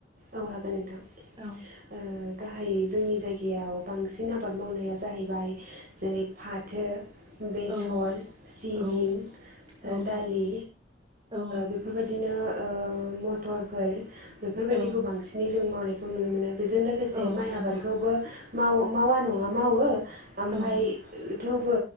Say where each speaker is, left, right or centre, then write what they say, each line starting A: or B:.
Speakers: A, on the right; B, on the right.
A: औ हागोन नोंथां
B: औ
A: गाहायै जोंनि जायगायाव बांसिन आबाद मावनाया जाहैबाय जेरै फाथो। बेसर
B: औ
A: सिबिं
B: औ औ
A: दालि
B: औ
A: बेफोरबायदिनो ओ मथरफोर बेफोरबायदिखौ
B: औ
A: बांसिनै जों मावनायखौ नुनो मोनो बेजों लोगोसे
B: औ
A: माइ
B: नंगौ
A: आबादखौबो माव मावा नङा मावो ओमफ्राय
B: औ
A: थेवबो